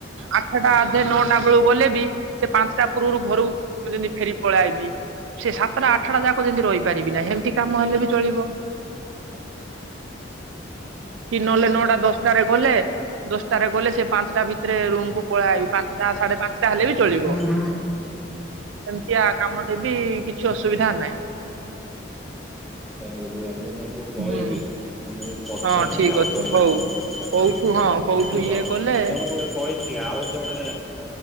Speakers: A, on the right (about 85°); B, in the centre.
A: ଆଠଟା ଅଧେ ନଅଟା ବେଳକୁ ଗଲେ ବି ସେ ପାଞ୍ଚଟା ପୂର୍ବରୁ ଘରୁକୁ ଯେମିତି ଫେରିବି। ପଳାଆଇବି ସେ ସାତଟା ଆଠଟା ଯାକ ଯେମିତି ରହି ପାରିବି ନା ସେମିତି କାମ ହେଲେ ବି। ଚଳିବ କି ନଏଲେ ନଅଟା ଦଶଟାରେ ଗଲେ। ଦଶଟାରେ ଗଲେ ସେ ପାଞ୍ଚଟା ଭିତରେ ରୁମକୁ ପଳେଆଇବି ପାଞ୍ଚଟା ସାଢେ ପାଞ୍ଚଟା। ଟା ହେଲେ ବି ଚଳିବ।
B: ନାଇଁ
A: ଏମିତିଆ କାମ ଟେ ବି କିଛି ଅସୁବିଧା ନାହିଁ।
B: ରୁଅ ମୁଁ ତମକୁ କହିବି
A: ହୁଁ
B: ମୁଁ। ପଚାରିବି
A: ହଁ ଠିକ
B: ଆଉ
A: ଅଛି
B: କହିବି
A: ହଉ
B: ତମକୁ ସେ
A: କୋଉଠୁ
B: କଣ
A: ହଁ କୋଉଠୁ
B: ମତେ
A: ଇଏ
B: ଜଣ
A: କଲେ
B: ଦିଜଣ ଗୋଟେ କ କହିଥିଲେ ଆଉ ଜଣେ।